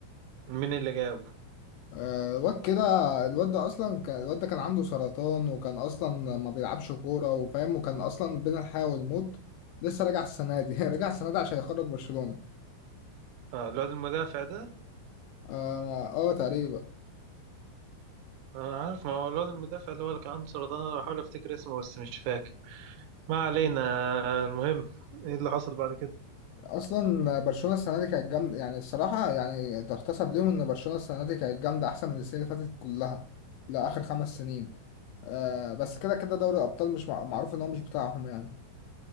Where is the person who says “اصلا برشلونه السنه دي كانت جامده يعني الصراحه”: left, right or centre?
Left